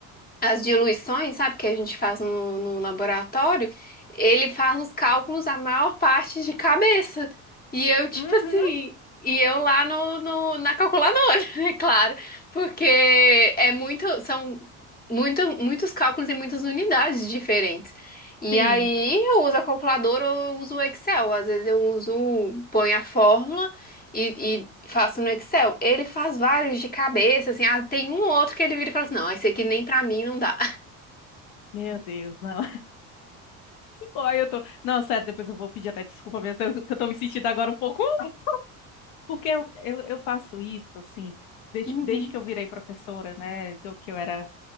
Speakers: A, on the left (about 20°); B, on the left (about 75°).
A: as diluições, sabe, que a gente faz no, no laboratório, ele faz os cálculos a maior parte de cabeça. E eu, tipo
B: uhum,
A: assim, e eu lá no, no- na calculadora, <laughs> é claro, porque é muito, são muito, muitos cálculos e muitas unidades diferentes. E
B: sim.
A: aí eu uso a calculadora ou eu uso o Excel, às vezes eu uso, ponho a fórmula e, e faço no Excel. Ele faz vários de cabeça, assim. Ah, tem um outro que ele vira e fala assim: não, esse aqui nem pra mim não dá.
B: Meu Deus, não. Ai, eu tô. Não, sério, depois eu vou pedir até desculpa mesmo, que eu que eu tô me sentindo agora um pouco. <laughs> "Ah", Porque eu, eu, eu faço isso, assim, desde,
A: Uhum.
B: desde que eu virei professora, né? Que eu, que eu era.